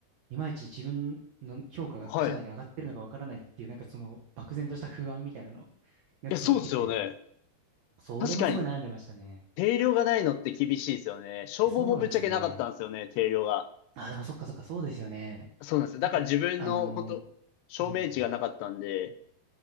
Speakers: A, on the right; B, on the left.
A: いまいち自分の評価が社内で上がってるのかわからないっていう、
B: あ、はい。い
A: なんかその漠然とした不安みたいなのが募ってきてて、
B: や、そうっすよね。
A: それもすごい悩んでましたね。
B: 確かに定量がないのって厳しいですよね。消防もぶっちゃけなかったんですよね、
A: そうなんですよね。
B: 定量が。
A: あ、でもそっかそっか、そうですよね。
B: そうなんですよ。
A: なんか、
B: だから自分の、
A: あの
B: 本当証明値がなかったんで、
A: ー、うん、